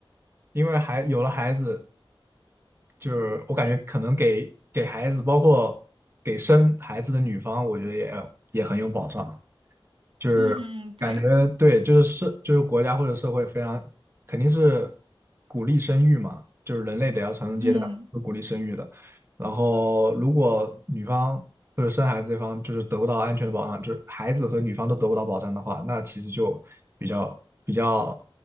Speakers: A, on the right (about 25°); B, on the right (about 70°).
A: 因为还有了孩子，就是我感觉可能给给孩子，包括给生孩子的女方，我觉得也也很有保障。就是感觉对，
B: 嗯嗯嗯，对，
A: 就是社就是国家或者社会非常肯定是鼓励生育嘛，就是人类得要传宗接代，
B: 嗯
A: 是鼓励生育的。然后如果女方或者生孩子这方就是得不到安全的保障，就是孩子和女方都得不到保障的话，那其实就比较比较